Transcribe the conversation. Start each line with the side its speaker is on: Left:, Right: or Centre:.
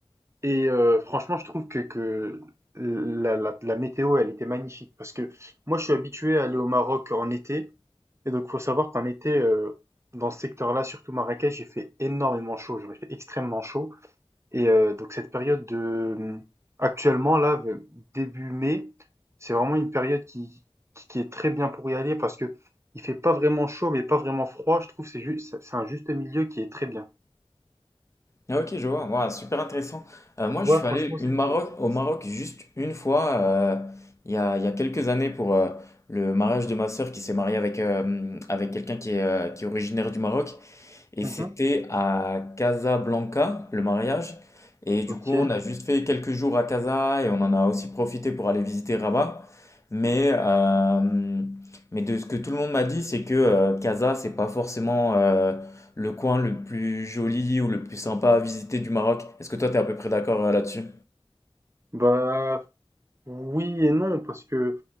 Right: et heu, franchement, je trouve que que la la la météo, elle était magnifique parce que moi, je suis habitué à aller au Maroc en été Et donc, faut savoir qu'en été, heu, dans ce secteur-là, surtout Marrakech, il fait énormément chaud. Genre, il fait extrêmement chaud. Et heu, donc cette période de, mmh, actuellement là, v début mai, c'est vraiment une période qui qui qui est très bien pour y aller parce que il fait pas vraiment chaud, mais pas vraiment froid. Je trouve que c'est juste c'est un juste milieu qui est très bien.
Left: Ah, ok, je vois. Ouah, super intéressant. Euh, moi, je
Right: Ouais,
Left: suis allé
Right: franchement, c'était
Left: une Maroc, au Maroc
Right: c'est
Left: juste une fois, euh, il y a, il y a quelques années, pour euh, le mariage de ma sœur qui s'est mariée avec, euh, avec quelqu'un qui est, euh, qui est originaire du Maroc. Et
Right: mmh
Left: c'était à Casablanca, le mariage. Et du
Right: OK.
Left: coup, on a juste fait quelques jours à Casa et on en a aussi profité pour aller visiter Rabat. Mais, euh, mais de ce que tout le monde m'a dit, c'est que euh, Casa, c'est pas forcément euh, le coin le plus joli ou le plus sympa à visiter du Maroc. Est-ce que toi, tu es à peu près d'accord euh, là-dessus?
Right: Bah, oui et non parce que